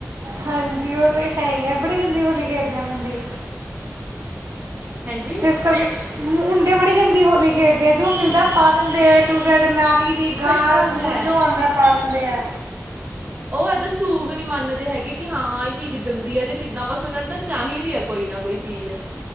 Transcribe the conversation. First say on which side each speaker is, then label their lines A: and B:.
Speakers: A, on the right (about 80°); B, on the right (about 30°).
A: ਹਾਂਜੀ ਉਹ ਤੇ ਹੈ ਹੀ ਹੈ ਬੜੇ ਗੰਦੀ ਹੋਲੀ ਖੇਡਦੇ ਆ ਮੁੰਡੇ।
B: ਹਾਂਜੀ
A: ਤੇ ਇਸ ਕਰਕ ਮੁੰਡੇ ਬੜੀ ਗੰਦੀ ਹੋਲੀ ਖੇਡਦੇ ਆ ਜੋ ਮਿਲਦਾ ਪਾ ਦਿੰਦੇ ਏ ਟੂ ਜੈਡ ਨਾ <unintelligible> ਦੀ ਗਾਰ
B: ਸਹੀ ਗੱਲ
A: ਵੂਰ
B: ਹੈ
A: ਜੋ ਆਂਦਾ ਪਾ ਦਿੰਦੇ ਐ।
B: ਉਹ ਏਦਾ ਸੂਗ ਨਹੀਂ ਮੰਨਦੇ ਹੈਗੇ ਕਿ ਹਾਂ ਇਹ ਚੀਜ਼ ਗੰਦੀ ਹੈ ਜੇ ਕਿੱਦਾਂ ਬਸ ਉਹਨਾਂ ਨੇ ਤਾਂ। ਚਾਹੀਦੀ ਆ ਕੋਈ ਨਾ ਕੋਈ ਚੀਜ਼